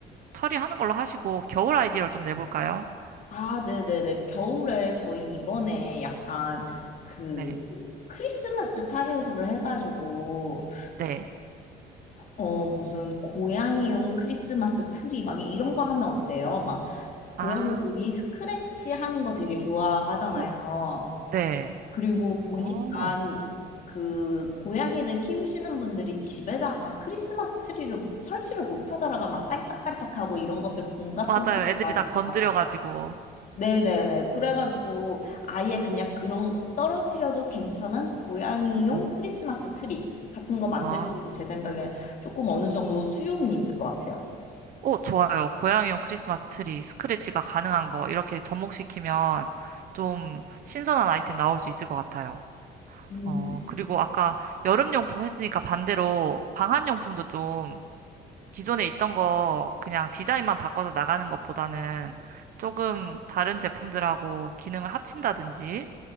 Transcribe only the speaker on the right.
처리하는 걸로 하시고 겨울 아이디어를 좀 내볼까요?
네.
네.
아.
오. 네.
어.
맞아요.
애들이 다 건드려가지고.
음.
아.
음.
오, 좋아요. 고양이용 크리스마스 트리, 스크래치가 가능한 거, 이렇게 접목시키면 좀 신선한 아이템 나올 수 있을 것 같아요.
어, 그리고 아까 여름용품 했으니까 반대로 방한용품도 좀 기존에 있던 거 그냥 디자인만 바꿔서 나가는 것보다는 조금 다른 제품들하고 기능을 합친다든지